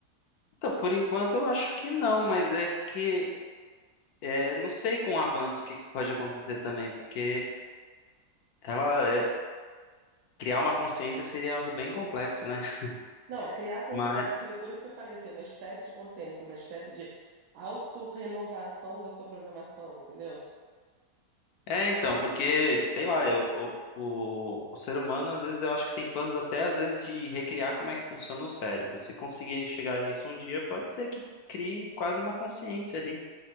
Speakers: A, on the left; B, on the right.
A: Então, por enquanto eu acho que não, mas é que É, não sei com o avanço o que, que pode acontecer também, porque ela é, criar uma consciência seria algo bem complexo, né? <laughs>
B: Não, criar consciência.
A: Mas
B: É por, por isso que eu falei assim, uma espécie de consciência, uma espécie de autorrenovação da sua programação, entendeu?
A: é então, porque sei lá, eu- o, o, o ser humano às vezes eu acho que tem planos até às vezes de recriar como é que funciona o cérebro. Se conseguirem chegar nisso um dia, pode ser que crie quase uma consciência ali.